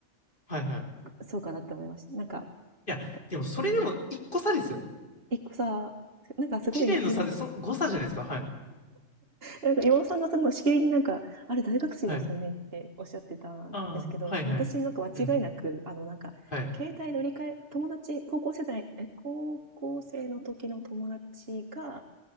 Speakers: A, on the left; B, on the right.
A: はいはい。い
B: そうかなって思いました。なんか、
A: や、でもそれでも一個差ですよ。
B: うん。一個さ、なんかすごい今
A: 1年の差でそ、誤差じゃないですか。はい。
B: なんか岩尾さんがそのしきりになんか、あれ大学生ですよねっておっしゃってたんですけど、
A: はい。ああ、はいはい。
B: 私なんか間違いなく、
A: うん。
B: あのなんか、
A: はい。
B: 携帯乗り換え、友達、高校世代、え、高校生の時の友達が、